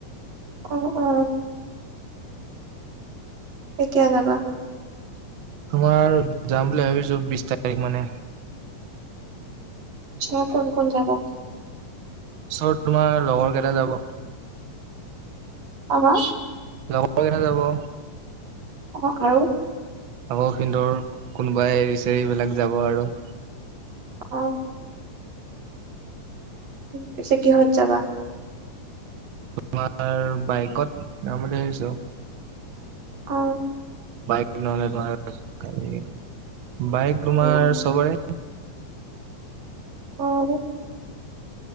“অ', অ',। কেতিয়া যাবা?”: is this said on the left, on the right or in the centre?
Right